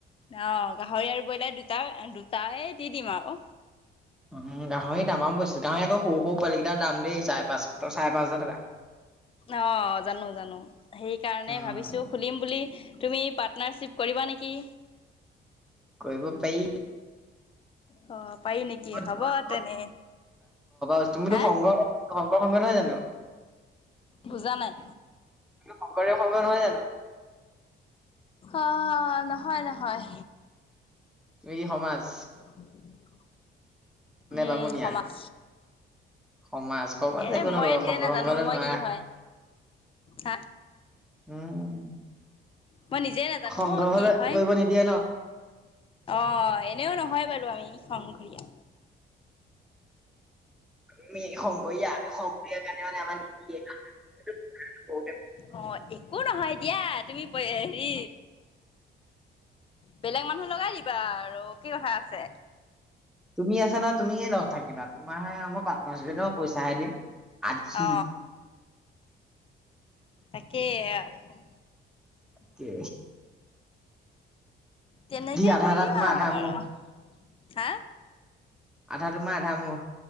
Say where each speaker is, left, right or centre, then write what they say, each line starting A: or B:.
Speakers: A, on the left; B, in the centre.
A: অ গাহৰি আৰু ব্ৰইলাৰ দুটা দুটাই দি দিম আৰু
B: উম গাহৰিৰ তামাম বস্তু গাহৰি আকৌ সৰু সৰু পোৱালি কেইটাৰ দাম দেই চাৰে পাঁচশ চাৰে পাঁচ হাজাৰ টকা
A: অ জানো জানো সেইকাৰণে
B: উম,
A: ভাবিছো খুলিম বুলি তুমি পাত নাৰচিপ কৰিবা নেকি
B: কৈব পাই
A: অ পাৰি নেকি
B: <unintelligible>
A: হ'ব তেনে
B: সং
A: হা
B: নহয় জানো
A: বুজা নাই।
B: শংকৰ সংগ নহয় জানো <inaudible>
A: অ নহয় নহয়
B: এই সমাজ
A: <inaudible>
B: নে
A: উম
B: বামুণীয়া?
A: সমাজ
B: সমাজ সমাজ
A: এ
B: একো নকৰিবা
A: মইে নিজে
B: সংঘ
A: নাজানো
B: সংঘ হলে
A: মই
B: নোৱাৰা
A: কি হয় হা
B: উম
A: মই নিজে নাজানো
B: সংঘ
A: অ
B: হলে
A: কি হয়
B: কৰিব নিদিয়ে ন
A: অ এনেও নহয় বাৰু আমি সংঘৰীআ
B: আমি শংকৰীয়া আমি শংকৰাৰ কাৰণে মানে আমাৰ নিদেু <unintelligible>
A: অ একো নহয় দিয়া তুমি হেৰি বেলেগ মানুহ লগাই দিবা আৰু কি কথা আছে
B: তুমি আছা নহয় তুমিয়ে লগ থাকিবা তোমাৰহে আও মই পাৰ্টনাৰচিপত মই পইচাহে দিম আধি
A: অ তাকে আৰু
B: কি
A: তেনেকে
B: আধা
A: কৰিম
B: আধা তোমাৰ
A: আৰু
B: আধা মোৰ
A: হা
B: আধা তোমাৰ আধা মোৰ